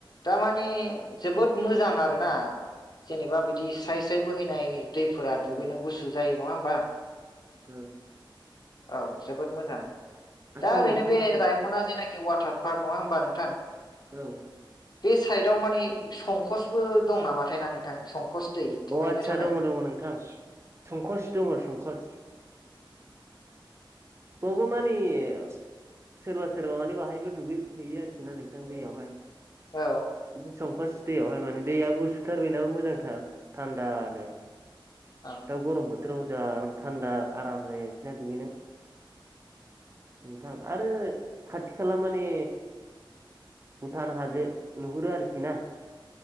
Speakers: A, on the left; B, on the right.
A: थारमानि जोबोद मोजां आरोना जेनेबा बिदि स्राय स्राय बोहैनाय दैफोरा
B: औ
A: दुगैनो गुसु जायो नङा होमबा
B: औ
A: औ जोबोद मोजां
B: आदसा
A: दा ओरैनो
B: नोंथाङा
A: बे रायमना जेनाखि वाटार पार्क नङा होमबा नोंथां
B: औ
A: बे साइदआव माने संकसबो दं नामाथाय ना नोंथां संकस दै दुगैनो
B: अ आदसा
A: थाखाय
B: दङ दङ नोंथां संकस दङ संकस <unintelligible> मानिस सोरबा सोरबा माने बाहायबो दुगै हैयो आरोखि नालायसं दैयावहाय
A: औ
B: बे संखस दैयावहाय माने दैया गुसुथार बेनाबो मोजांथार थान्दानो
A: औ
B: दा गरम बोथोराव जा आर थान्दा आराम जायो आरोखि ना दुगैनो नोंथां आरो खाथि खाला माने भुटान हाजो नुहुरो आरोखि ना